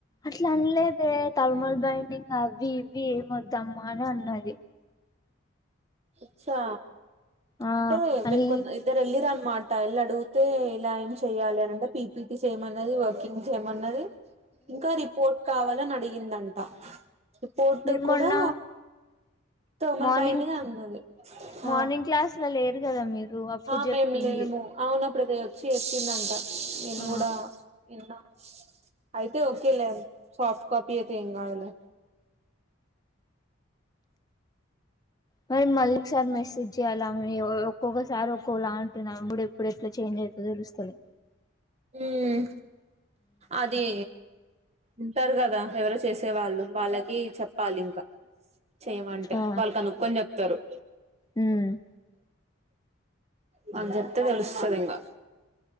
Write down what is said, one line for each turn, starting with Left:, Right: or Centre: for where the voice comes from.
Left: అట్లా అనలేదే థర్మల్ బైండింగ్ అవి ఇవి ఏం వద్దమ్మా అని అన్నది.
Right: అచ్చా
Left: ఆ
Right: అంటే
Left: అది
Right: కొ ఇద్దరు వెళ్ళిరన్నమాట వెళ్ళడుగుతే ఇలా ఏం చేయాలి. అంటే పిపిటీ చేయమన్నది. వర్కింగ్ చేయమన్నది. ఇంకా రిపోర్ట్ కావా లి అని అడిగిందంట రిపోర్ట్
Left: మీరు
Right: కూడా
Left: మొన్న
Right: థర్మల్
Left: మార్నింగ్
Right: బైండింగ్ అన్నది.
Left: మార్నింగ్
Right: ఆ
Left: క్లాస్ లో లేరు గదా మీరు అప్పుడు
Right: ఆ
Left: చెప్పింది
Right: మేము లేము అవును అప్పుడప్పే వచ్చి చెప్పిందంట నేను
Left: ఆ
Right: గూడా ఇన్నా అయితే ఓకే లే సాఫ్ట్ కాపీ ఎ ఏం గాదులే
Left: మరి మళ్ళీ ఒకసారి మెసేజ్ చెయ్యాల ఆమె ఒ ఒక్కొక్కసారి ఒక్కోలా అంటుంది ఆమె మూడు ఎప్పుడు ఎట్ల చేంజ్ అయితదో తెలుస్తలే
Right: మ్మ్ అది ఉంటారు గదా ఎవరో చేసే వాళ్ళు వాళ్ళకి చెప్పాలింకా చేయమంటే
Left: ఆ
Right: వాళ్ళు కనుక్కొని జెప్తరు.
Left: ఉమ్
Right: వాళ్ళు జెప్తే దెలుస్తదింగా